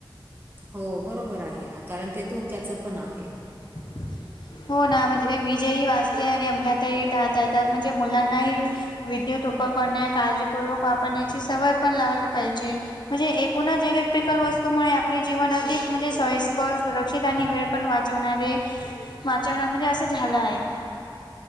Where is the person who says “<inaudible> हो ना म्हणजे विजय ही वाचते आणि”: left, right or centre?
Left